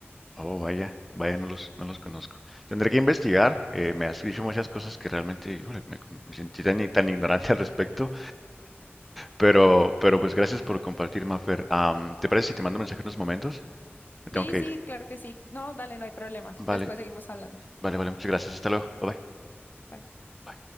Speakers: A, in the centre; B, on the left.
A: Oh, vaya, vaya, no los, no los conozco. Tendré que investigar. eh, me has dicho muchas cosas que realmente, híjole, me, me sentí tan, i- tan ignorante al respecto. Pero, pero pues gracias por compartir, Mafer. Am, ¿te parece si te mando un mensaje en unos momentos? Me
B: Sí,
A: tengo que
B: sí,
A: ir.
B: claro que sí. No, dale, no hay problema.
A: Vale,
B: Después seguimos hablando.
A: vale, vale. Muchas gracias. Hasta luego. Bye bye.
B: Bye.
A: Bye.